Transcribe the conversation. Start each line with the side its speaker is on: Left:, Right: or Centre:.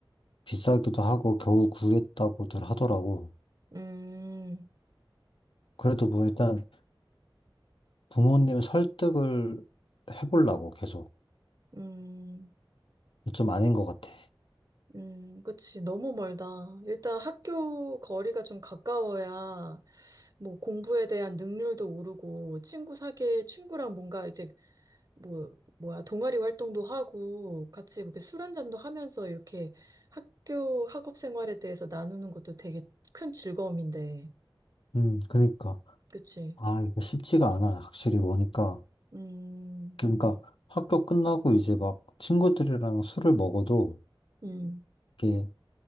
Left: 비싸기도 하고 겨우 구했다고들 하더라고.
Right: 음,
Left: 그래도 뭐 일단 부모님 설득을 해보려고 계속
Right: 음,
Left: 좀 아닌 것 같아.
Right: 음, 그치. 너무 멀다. 일단 학교 거리가 좀 가까워야 뭐 공부에 대한 능률도 오르고 친구 사귈 친구랑 뭔가 이제 뭐 뭐야 동아리 활동도 하고 같이 이렇게 술 한 잔도 하면서 이렇게 학교 학업 생활에 대해서 나누는 것도 되게 큰 즐거움인데.
Left: 음, 그러니까
Right: 그치?
Left: 아 이게 쉽지가 않아 확실히 보니까
Right: 음,
Left: 그러니까 학교 끝나고 이제 막 친구들이랑 술을 먹어도
Right: 음,
Left: 이게